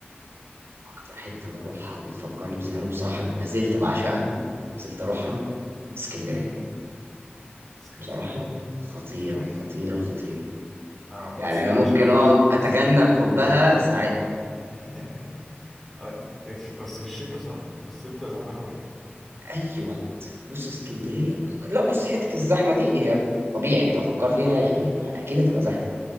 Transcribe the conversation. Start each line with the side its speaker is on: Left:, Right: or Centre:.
Right: اكتر حته بروحها وبتفكرني بزمان وبصراحه ما زلت بعشقها وما زلت اروحها اسكندريه
Centre: اه اسكندرية
Right: بصراحه خطيره
Centre: <laughs>
Right: خطيره خطيره
Centre: اه بس
Right: يعني انا
Centre: انا
Right: ممكن
Centre: شايف في
Right: اقعد
Centre: الشتاء
Right: اتغنى
Centre: بس
Right: بحبها ساعات
Centre: <laughs> اه، الش- بس في الشتاء صح بس الصيف بتبقى زحمة قوي يعني
Right: اي وقت بص اسكندريه لا بص حته الزحمه دي هي طبيعي انت فكر فيها يعني اكيد هتبقى زحمه